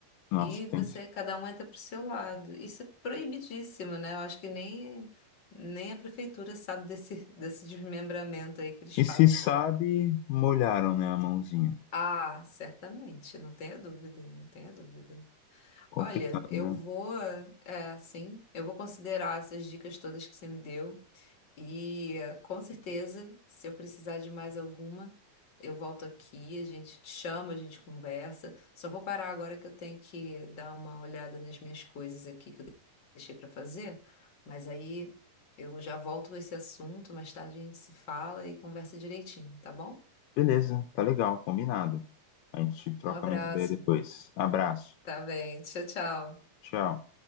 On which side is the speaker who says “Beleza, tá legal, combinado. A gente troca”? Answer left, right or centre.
Left